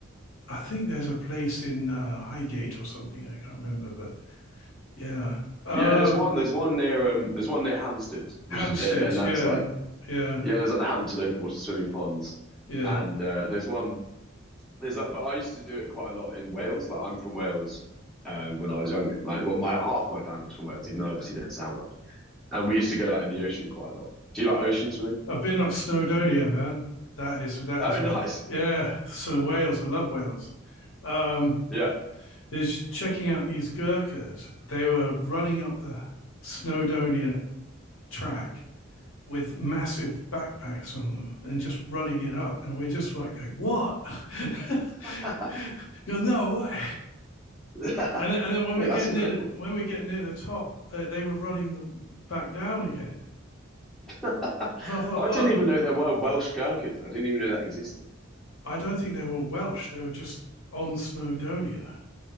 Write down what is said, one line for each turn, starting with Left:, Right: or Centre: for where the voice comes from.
Left: I think there's a place in uh, Highgate or something. I can't remember, but yeah. Um,
Centre: Yeah, there's one there's one near um there's one near Hampstead, which
Left: Hampstead.
Centre: is, eh, and that's
Left: Yeah,
Centre: like
Left: yeah,
Centre: Yeah, there's like the Hampton open water swimming ponds,
Left: yeah.
Centre: and uh, there's one there's that. But I used to do it quite a lot in Wales. Like I'm from Wales um, when I was young. Like well, my half my family's from Wales, even though I obviously don't sound Welsh. And we used to go like in the ocean quite a lot. Do you like ocean swimming?
Left: I've been up Snowdonia, man. That is that
Centre: Oh,
Left: is a
Centre: <laughs> nice.
Left: yeah. So Wales, I love Wales. Um,
Centre: Yeah.
Left: is checking out these Gurkhas. They were running up the Snowdonia track with massive
Centre: Really?
Left: backpacks on them and just running it up.
Centre: Oh
Left: And we're just like, going, what? <laughs>
Centre: my god.
Left: you are no way.
Centre: <laughs>
Left: And then, and then when
Centre: Mate,
Left: we get
Centre: that's
Left: near
Centre: incredible.
Left: when we get near the top, they, they were running the back down again.
Centre: <laughs>
Left: So I thought,
Centre: I
Left: oh,
Centre: didn't even know there were Welsh gherkins. I didn't even know that existed.
Left: I don't think they were Welsh. They were just on Snowdonia.